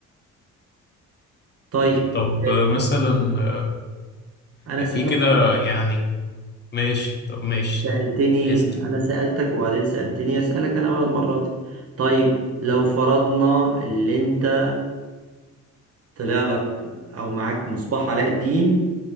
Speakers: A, on the right; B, on the left.
A: طيب
B: طب
A: آه،
B: آه، مثلا
A: انا
B: آه،
A: سألك
B: في كده يعني ماشي طب ماشي
A: سألتني
B: اسأل
A: انا سألتك وبعدين سألتني اسألك انا بقى المرة دي طيب لو فرضنا اللي انت طلع لك او معاك مصباح علاء الدين